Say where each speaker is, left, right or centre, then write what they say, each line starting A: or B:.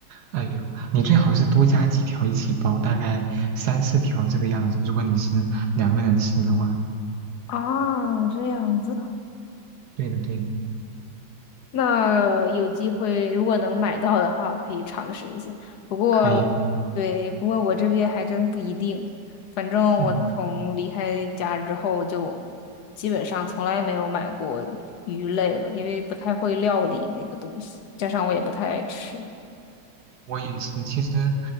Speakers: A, on the right (about 70°); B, on the left (about 75°).
A: 哎呦，你最好是多加几条一起煲，大概三四条这个样子。如果你是两个人吃的话，
B: 啊，这样子。
A: 对的对的，
B: 那有机会，如果能买到的话，可以尝试一下。不过，
A: 可以可以，
B: 对，不过我这边还真不一定。反正我自从离开家之后，
A: 嗯。
B: 就基本上从来没有买过鱼类了，因为不太会料理那个东西，加上我也不太爱吃。
A: 我也是，其实